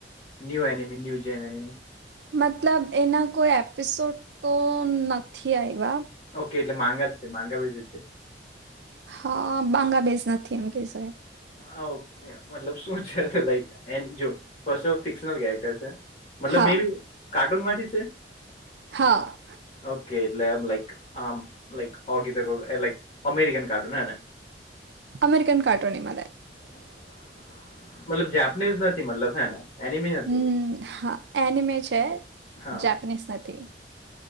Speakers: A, on the left; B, on the right.
A: New anime new gen anime?
B: મતલબ એના કોઈ એપિસોડ તો નથી આયવા.
A: ઓકે એટલે માંગા જ છે માંગા બેઝ જ છે.
B: હહ બાંગા બેઝ નથી એમ કહી શકાય.
A: હા ઓકે મતલબ શું છે તે લાઈક? જો ફિકનલ કેરેક્ટર છે મતલબ
B: હા
A: મે બી કાર્ટૂન માંથી છે.
B: હા.
A: ઓકે એટલે આમ લાઈક આમ લાઈક ઓગી લક અમેરિકન કાર્ટૂન હેને
B: અમેરિકન કાર્ટૂન ની માં થાય.
A: <inaudible> મતલબ જાપનીઝ નથી મતલબ હે ને. એનિમી નથી
B: હમ હા એનીમે છે
A: હા
B: જાપનીઝ નથી.